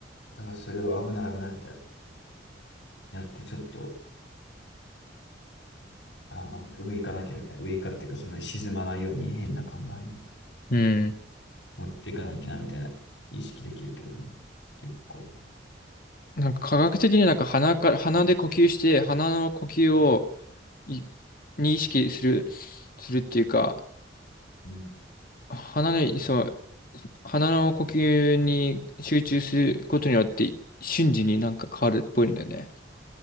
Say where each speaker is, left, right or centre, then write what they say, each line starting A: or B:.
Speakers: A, on the left; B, on the left.
A: だからそれを危ない危ないみたいな。やってちょっと、あ、ま、上行かなきゃみたいな。上行かっていうか、その沈まないように変な考えに
B: うん、うん。
A: 持っていかなきゃなみたいな意識できるけどね。結構。
B: なんか科学的になんか鼻から、鼻で呼吸して、鼻の呼吸をい、に意識する、するっていうか、
A: うん。
B: 鼻の、そう、鼻の呼吸に集中することによって、瞬時になんか変わるっぽいんだよね。